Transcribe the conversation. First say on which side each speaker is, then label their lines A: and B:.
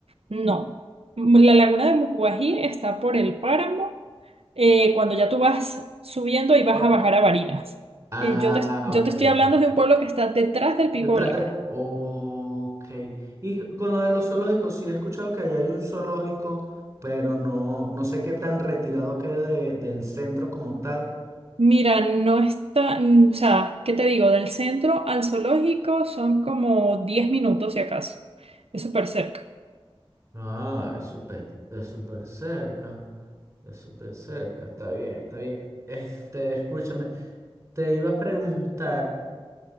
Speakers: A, on the right; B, on the right.
A: No. La laguna de Mucubají está por el páramo eh, cuando ya tú vas subiendo y vas
B: Bueno.
A: a bajar a Barinas.
B: Ah,
A: Eh, yo te, yo
B: ok,
A: te estoy
B: ok.
A: hablando de un pueblo que está detrás del Pico
B: Detrás
A: Bolívar.
B: de... Ok. Y con lo de los zoológicos, sí he escuchado que allá hay un zoológico, pero no, no sé qué tan retirado quede de- del centro como tal.
A: Mira, no está, mm, o sea, ¿qué te digo? Del centro al zoológico son como 10 minutos si acaso. Es súper cerca.
B: Ah, es súper, es súper cerca. Es súper cerca. Está bien, está bien. Este, escúchame. Te iba a preguntar,